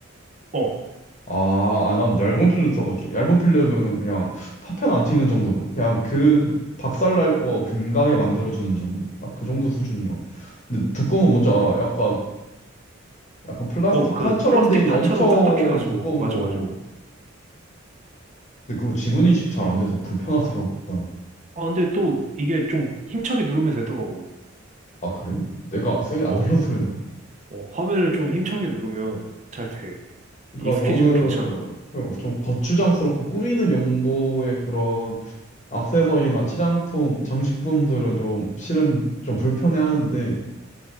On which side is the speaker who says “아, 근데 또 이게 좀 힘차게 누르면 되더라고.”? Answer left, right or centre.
Right